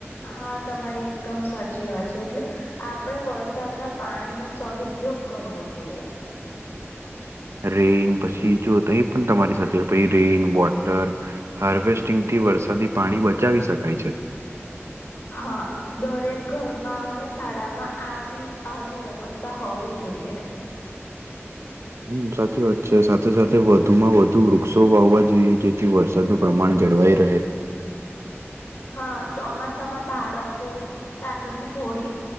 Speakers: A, on the left; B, on the right.
A: હા તમારી એકદમ સાચી વાત છે એટલે. આપણે વરસાદના પાણીનો સદઉપયોગ કરવો જોઈએ.
B: રેન પછી જો તઈ પણ તમારી સાથે પછ રેન વોટર. હાર્વેસ્ટિંગથી વરસાદી પાણી બચાવી શકાય છે.
A: હા. દરેક ઘરમાં અને શાળામાં આવી આવી વ્યવસ્થા હોવી જોઈએ.
B: હમ સાચી વાત છે સાથે સાથે વધુમાં વધુ વૃક્ષો વાવવા જોઈએ જેથી વર. છતું પ્રમાણ જળવાઈ રહે.
A: હા ચોમાસામાં બાળકો કાગળની હોડી.